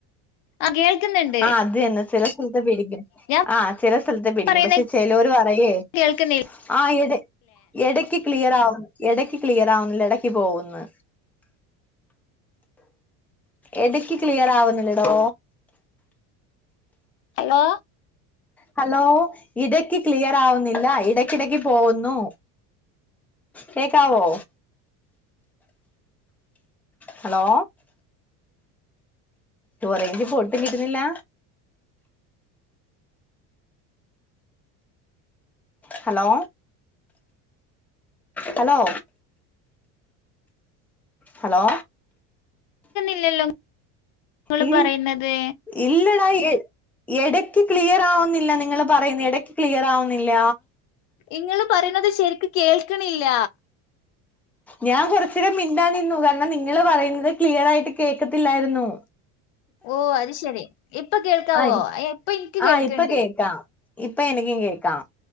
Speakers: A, on the left; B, in the centre.
A: ആ കേൾക്കുന്നുണ്ട്
B: ആഹ് അതന്നെ ചെല സ്ഥലത്ത <unintelligible>
A: ഞാൻ
B: ആ ചില സ്ഥലത്ത് പിടിക്കും
A: പറയുന്ന
B: പക്ഷെ ചെലോര് പറയെ
A: കേൾക്കുന്നില്ലേ
B: ആ ഇട ഇടയ് ഇടയ്ക്ക് ക്ലിയർ ആവ് ഇടയ്ക്ക് ക്ലിയർ ആവുന്നില്ല ഇടയ്ക്ക് പോവ്ന്ന് എടക്ക് ക്ലിയർ ആവുന്നില്ലടോ
A: ഹലോ
B: ഹലോ ഇടക്ക് ക്ലിയർ ആവുന്നില്ല ഇടക്കിടക്ക് പോവുന്നു കേക്കാവോ ഹലോ റെയ്ഞ്ച് പ്പൊ ഒട്ടും കിട്ടുന്നില്ല ഹലോ ഹലോ ഹലോ
A: കേൾക്കുന്നില്ലല്ലോ നിങ്ങള്
B: ഇ
A: പറയുന്നത്
B: ഇല്ലടാ എട എടയ്ക്ക് ക്ലിയർ ആവുന്നില്ല നിങ്ങൾ പറയുന്നെ ഇടക്ക് ക്ലിയർ ആവുന്നില്ല
A: ഇങ്ങൾ പറയണുന്നത് ശരിക്ക് കേൾക്കണില്ല
B: ഞാൻ കൊറച്ചരം മിണ്ടാതെ നിന്നു കാരണം നിങ്ങള് പറയുന്നത് ക്ലിയർ ആയിട്ട് കേൾക്കത്തില്ലായിരുന്നു
A: ഓ അത് ശരി ഇപ്പ കേൾക്കാവോ
B: ആ
A: അ ഇപ്പ ഇനിക്ക്
B: ആ
A: കേൾക്ക്‌ണ്ട്
B: ഇപ്പൊ കേക്കാം ഇപ്പൊ എനിക്കും കേക്കാം